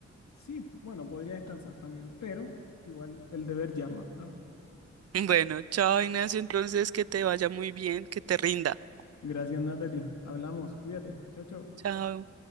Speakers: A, on the left (about 70°); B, on the right (about 55°).
A: Sí, bueno, podría descansar también, pero igual el deber llama. Ah,
B: Bueno, chao, Ignacio, entonces que te vaya muy bien, que te rinda.
A: Gracias, Natalie. Hablamos, cuídate. Chau, chau.
B: Chao.